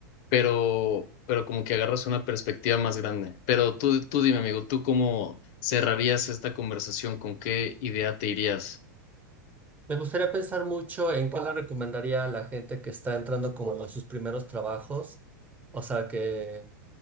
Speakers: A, on the left; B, on the right.
A: pero, pero como que agarras una perspectiva más grande. Pero tú, tú dime, amigo, ¿tú cómo cerrarías esta conversación? ¿Con qué idea te irías?
B: Me gustaría pensar mucho en qué le recomendaría a la gente que está entrando como a sus primeros trabajos, o sea, que